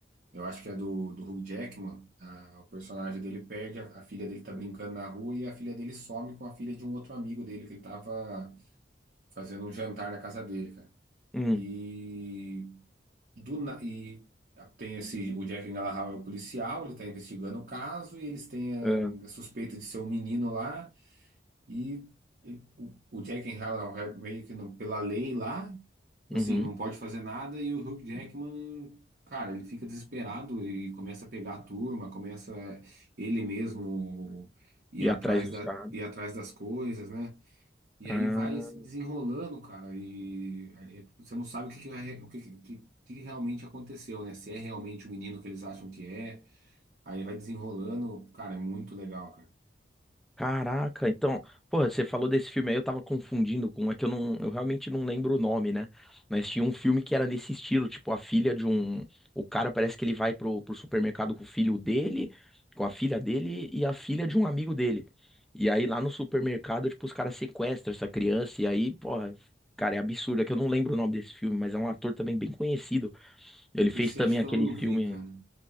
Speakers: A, on the right; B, in the centre.
A: Eu acho que é do, do Hugh Jackman. Ah, o personagem dele perde, a, a filha dele tá brincando na rua e a filha dele some com a filha de um outro amigo dele que ele tava fazendo um jantar na casa dele, cara.
B: Hum.
A: E, do, na- e tem esse, o Jack Gyllenhaal é o policial, ele tá investigando o caso e eles têm
B: é,
A: a suspeita de ser um menino lá. E, e o, o Jack Halal meio que não- pela lei lá, assim,
B: uhum.
A: não pode fazer nada e o Hugh Jackman, cara, ele fica desesperado e começa a pegar a turma, começa ele mesmo ir
B: E
A: atrás
B: atrás dos
A: da,
B: caras.
A: ir atrás das coisas, né? E
B: Ah.
A: aí vai se desenrolando, cara, e é, você não sabe o que, que, vai- o que, que, que que realmente aconteceu, né? Se é realmente o menino que eles acham que é, aí vai desenrolando, cara, é muito legal, cara.
B: Caraca, então, porra, você falou desse filme aí, eu tava confundindo com, é que eu não, eu realmente não lembro o nome, né? Mas tinha um filme que era nesse estilo, tipo, a filha de um, o cara parece que ele vai pro, pro supermercado com o filho dele, com a filha dele e a filha de um amigo dele. E aí lá no supermercado, tipo, os caras sequestram essa criança e aí, porra, cara, é absurdo, é que eu não lembro o nome desse filme, mas é um ator também bem conhecido. Ele fez
A: Esse
B: também
A: acho
B: aquele
A: que eu não
B: filme
A: vi, cara.